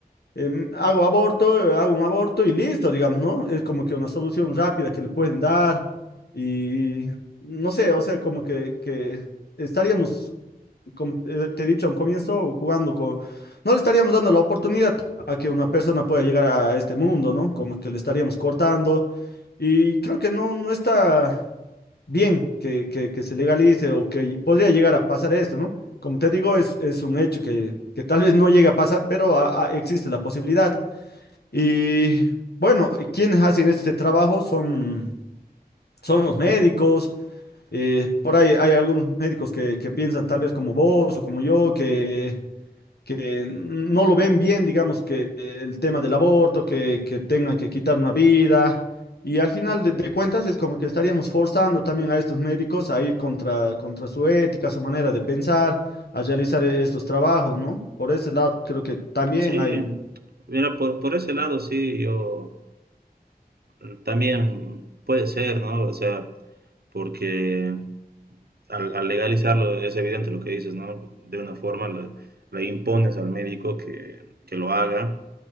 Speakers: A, on the left; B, on the right.
A: em, hago aborto, eh, hago un aborto y listo, digamos, ¿no? Es como que una solución rápida que le pueden dar y no sé, o sea, como que, que estaríamos como te te he dicho a un comienzo, jugando con... No le estaríamos dando la oportunidad a que una persona pueda llegar a este mundo, ¿no? Como que le estaríamos cortando. Y creo que no, no está bien que, que- que se legalice o que podría llegar a pasar esto, ¿no? Como te digo, es, es un hecho que, que tal vez no llegue a pasar, pero a- a- existe la posibilidad. Y bueno, quienes hacen este trabajo son, son los médicos. eh, por ahí hay algunos médicos que, que piensan tal vez como vos o como yo, que que no lo ven bien, digamos, que el tema del aborto, que, que tengan que quitar una vida. Y al final de, de cuentas es como que estaríamos forzando también a estos médicos a ir contra, contra su ética, su manera de pensar, a realizar e- estos trabajos, ¿no? Por ese lado creo que también
B: Sí,
A: hay
B: mira, por, por ese lado sí, yo... Mm, También puede ser, ¿no? O sea, porque al, al legalizarlo es evidente lo que dices, ¿no? De una forma le, le impones al médico que, que lo haga